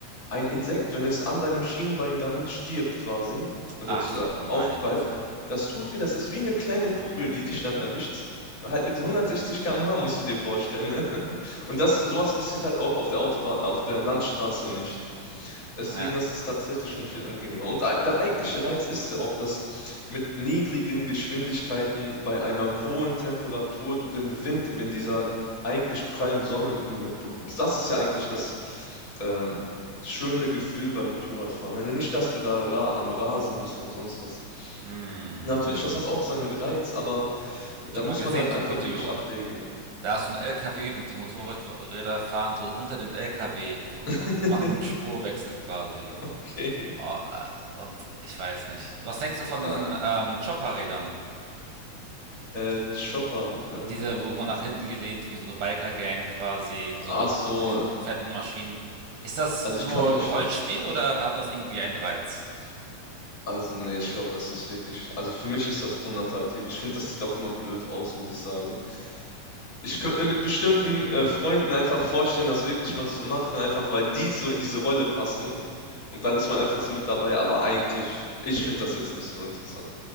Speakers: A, on the left; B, on the right.
A: Ein Insekt, wenn es an deinem Schienbein dann stirbt quasi oder
B: Ach
A: zu-
B: du
A: äh,
B: meine
A: aufprallt,
B: Güte.
A: das tut weh, das ist wie eine kleine Kugel, die dich dann erwischt. Halt mit 160 km/h musst du dir vorstellen, ne? Und das sowas passiert halt auch auf der Autobahn auf der
B: Ah
A: Landstraße nicht. Deswegen,
B: ja.
A: das ist tatsächlich schon viel angenehmer. Und ei der eigentliche Reiz ist ja auch, dass mit niedrigen Geschwindigkeiten bei einer hohen Temperatur du den Wind wenn dieser eigentlich prallen Sonne m mitbekommst. Das ist ja eigentlich das, ähm, schöne Gefühl beim Motorradfahren. Ne, nicht, dass du da ra am Rasen bist und sonst was.
B: Mhm.
A: Natürlich, das hat auch seinen Reiz, aber da
B: Ich habe
A: muss
B: mal gesehen,
A: man halt
B: so
A: einfach
B: ein Video.
A: wirklich abwägen.
B: Da ist so ein LKW und die Motorräder fahren so unter dem LKW
A: <laughs>
B: und machen einen Spurwechsel quasi.
A: Okay.
B: Oh, äh, Und ich weiß nicht. Was denkst du von
A: Ah,
B: diesen ähm, Chopper-Rädern?
A: Äh, Chopper, ähm,
B: Diese, wo man nach hinten gelehnt, wie so eine Biker-Gang quasi, so
A: ach so,
B: mit diesen fetten Maschinen. Ist das
A: also
B: nur
A: ich kann mich
B: Rollenspiel
A: schon, f-
B: oder hat das irgendwie einen Reiz?
A: also nee, ich glaube, das ist wirklich, also für mich ist das unattraktiv. Ich finde, das sieht auch immer blöd aus, muss ich sagen. Ich könnte mir mit bestimmten äh, Freunden einfach vorstellen, das wirklich mal zu machen, einfach weil die so in diese Rolle passen und dann ist man einfach so mit dabei, aber eigentlich, ich finde das jetzt nicht so interessant.